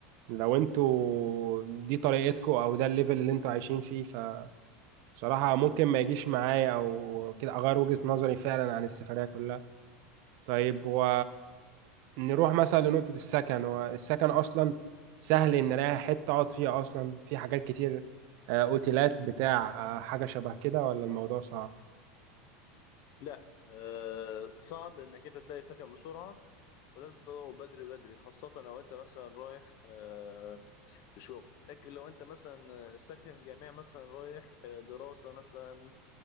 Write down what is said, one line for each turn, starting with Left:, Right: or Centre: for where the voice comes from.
Right: لو أنتوا دي طريقتكم أو ده الليفل اللي أنتوا عايشين فيه فصراحة ممكن ما يجيش معايا أو كده أغير وجهة نظري فعلا عن السفرية كلها طيب هو نروح مثلا لنقطة السكن هو السكن أصلا سهل إن ألاقي حتة أقعد فيها أصلا في حاجات كتير آه، أوتيلات بتاع آه، حاجة شبه كده ولا الموضوع صعب
Left: لا آه صعب انك انت تلاقي سكن بسرعه ولازم تدور بدري بدري خاصة لو انت مثلا رايح آه، لشغل لكن لو انت مثلا ساكن جامعي مثلا رايح آه، دراسة مثلا